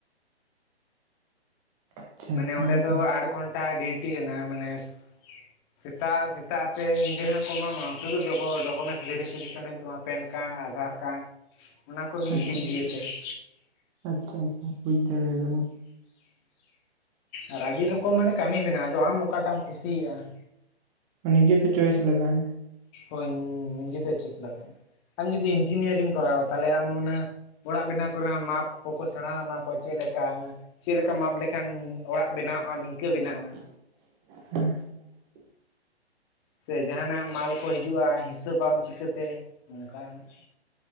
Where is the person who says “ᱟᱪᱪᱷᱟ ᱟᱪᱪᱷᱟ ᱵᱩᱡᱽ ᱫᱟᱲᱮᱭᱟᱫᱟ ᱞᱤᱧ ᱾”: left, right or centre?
Right